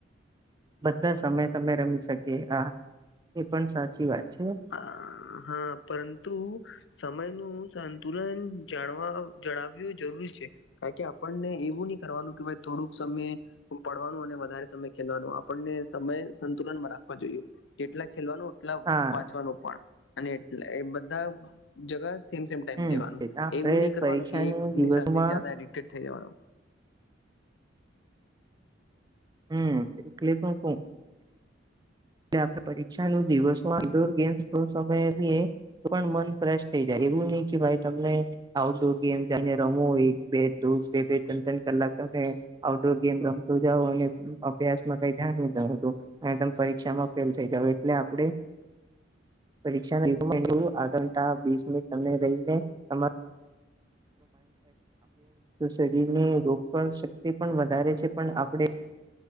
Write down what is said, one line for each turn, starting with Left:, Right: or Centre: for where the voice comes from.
Right: બધા સમય તમે રમી શકીએ હા એ પણ સાચી વાત છે
Left: હા હા પરંતુ સમય નું સંતુલન જાણવા જણાવું જરૂરી છે ક કે આપણને એવું નહી કરવાનું કે ભાઈ થોડુંક સમય પડવાનું અને વધારે સમય ખેલવાનું આપણને સમય સંતુલનમાં રાખવા જોઈએ એટલા ખેલવાનું એટલા
Right: હા
Left: વાંચવાનું પણ અને એટ એ બધા જગા સે સેમ ટાઈમ
Right: હમ
Left: દેવાનું
Right: આપડે
Left: એવું નહી કરવાનું
Right: પરીક્ષાની
Left: કે એકની
Right: દિવસમાં
Left: સાથે એડિક્ટેડ થઈ જવાનું
Right: હમ એ કલી તો એ આપે પરીક્ષા નું દિવસો આડોર ગેમ્સ તો સમય એમીએ પણ મન ફ્રેશ થઈ જાય એવું નહી કે ભાઈ તમને આઉટડોર ગેમ જને રમોય બેો બે બે ત્રણ ત્રણ કલાક તમે આઉટડોર ગેમ રમતો જાવ અને અભ્યાસમાં કઈ ધ્યાન નતુંરી શિક્ષામાં ફેલ થઈ જાવ એટલે આપડે પરીક્ષા આ ઘંથાસ મિનિટ તમને રહીને તમારું શરીરની રોગ પણ શક્તિ પણ વધારે છે પણ આપણે